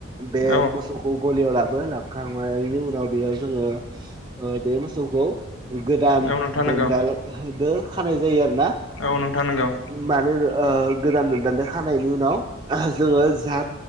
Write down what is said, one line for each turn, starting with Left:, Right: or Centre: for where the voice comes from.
Right: बे
Left: औ
Right: मोसौखौ गलियाव लाबो लाबोखांनायनि उनाव बेयाव जोङो बे मोसौखौ गोदान
Left: औ नोंथां
Right: दोनदाल
Left: नंगौ
Right: होदो खानाय जायो आरो ना
Left: औ नोंथां नंगौ औ
Right: मानो आ गोदान दोनदान दान नि उनाव जोङो जा